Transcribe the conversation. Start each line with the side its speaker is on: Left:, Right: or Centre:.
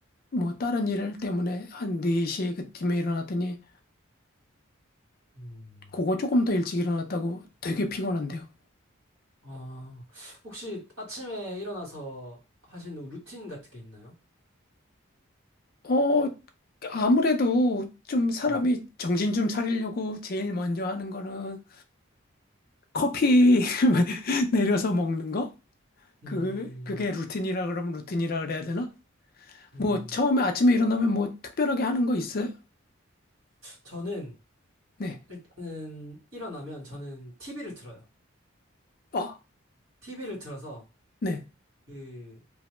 Left: 뭐 다른 일 때문에 한 4시 그쯤에 일어났더니
Right: 음.
Left: 그거 조금 더 일찍 일어났다고 되게 피곤한데요.
Right: 아, 혹시 아침에 일어나서 하시는 루틴 같은 게 있나요?
Left: 어, 아무래도 좀 사람이
Right: 네.
Left: 정신 좀 차리려고 제일 먼저 하는 거는 커피 <laughs> 내려서 먹는 거? 그,
Right: 음,
Left: 그게 루틴이라 그러면 루틴이라 그래야 되나?
Right: 음.
Left: 뭐, 처음에 아침에 일어나면 뭐, 특별하게 하는 거 있어요?
Right: 저는
Left: 네.
Right: 일단은 일어나면 저는 TV를 틀어요.
Left: 어,
Right: TV를 틀어서
Left: 네.
Right: 그